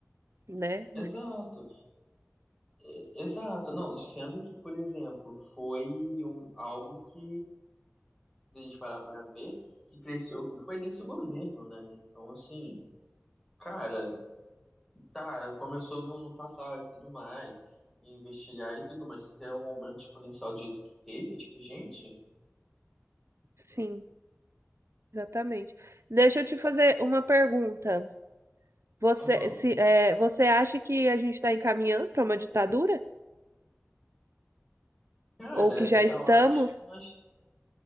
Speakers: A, on the right; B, in the centre.
A: né?
B: exato, É, exato. Não, sendo que, por exemplo, foi um, algo que, de a gente parar pra ver, que cresceu, que foi nesse governo, né? Então, assim, cara, Tá, começou no, no passado e tudo mais, e investigar e tudo, mas se tem um aumento exponencial do jeito que teve, tipo, gente,
A: Sim, exatamente. Deixa eu te fazer uma pergunta. Você,
B: aham.
A: se, é, você acha que a gente está encaminhando para uma ditadura?
B: Cara,
A: Ou que já
B: eu
A: estamos?
B: acho que nós,